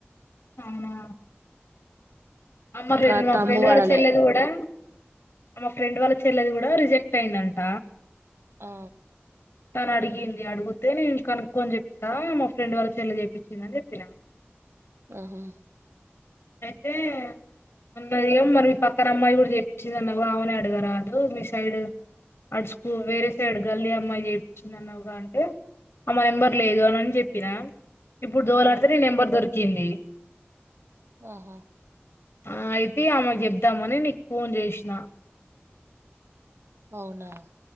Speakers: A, on the left (about 60°); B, on the right (about 70°).
A: అవునా అమ్మ ఫ్రెం
B: ఆ
A: మా
B: తంబు
A: ఫ్రెండ్
B: పడలే
A: వాల్ల చెల్లేది కూడా మా ఫ్రెండ్ వాళ్ళ చెల్లెది కూడా రిజెక్ట్ అయిందంట
B: ఆ
A: తను అడిగింది అడుగుతే నేను కనుక్కొని చెప్తా మా ఫ్రెండ్ వాళ్ళ చెల్లె చెప్పించింది అని చెప్పినా
B: ఉహు
A: అయితే అన్నది మరి మీ పక్కన అమ్మాయి కూడా చేపించింది అన్నవుగా ఆమెనే అడుగరాదు మీ సైడ్ అట్ స్క్ వేరే సైడ్ గల్లి అమ్మాయి చేపించింది అన్నవుగా అంటే ఆమె నెంబర్ లేదు అని చెప్పినా ఇప్పుడు దోలాడితే
B: ఆ
A: ని నెంబర్ దొరికింది
B: ఉహ్
A: ఆ అయితే ఆమెకు చెప్దామని నీకు ఫోన్ చేసిన
B: అవునా